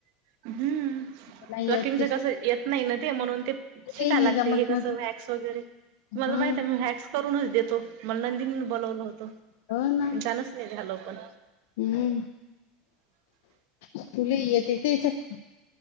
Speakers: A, on the right; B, on the left.
A: हम्म्म.
B: नाही
A: प्लकिंगच
B: येत ते
A: कसयं येत नाही न ते, म्हणून ते.
B: ते
A: शिकाय
B: नाही
A: लागते.
B: जमत
A: हे
B: ना
A: कसं वॅक्स वगैरे तुम्हाला
B: हा
A: माहिते, म व्हॅक्स करूनच देतो, मला नंदिनीन बोलवलं होत.
B: हो ना
A: जाणचं नाही झालं पण.
B: हम्म, तुले येते तेच्यात.